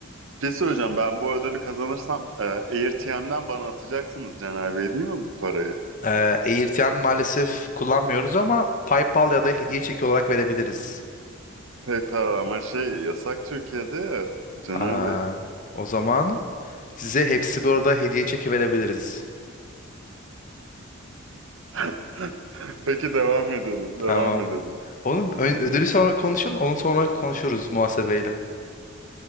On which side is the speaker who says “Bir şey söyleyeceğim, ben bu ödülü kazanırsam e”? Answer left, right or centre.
Right